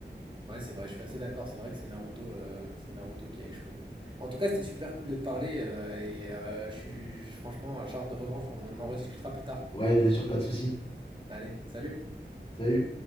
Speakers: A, on the right; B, on the left.
A: Ouais, c'est vrai, je suis assez d'accord. C'est vrai que c'est Naruto, euh, c'est Naruto qui a échoué. En tout cas, c'était super cool de te parler. euh, et euh, je suis je- franchement à charge de revanche. on on en rediscutera plus tard.
B: Ouais, bien sûr, pas de souci.
A: Allez, salut.
B: Salut.